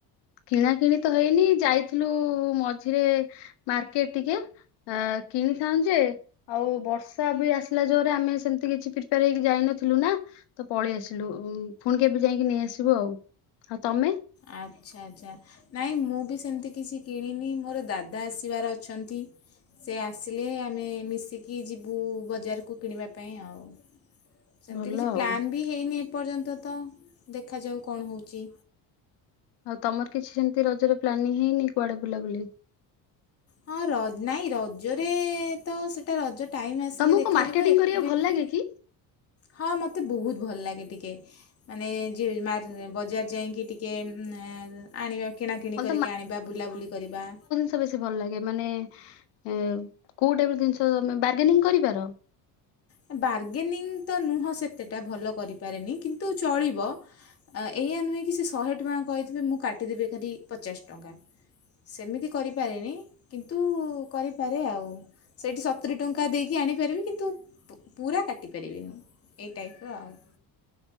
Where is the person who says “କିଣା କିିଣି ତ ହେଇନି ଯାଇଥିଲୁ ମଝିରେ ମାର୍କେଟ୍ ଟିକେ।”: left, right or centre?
Left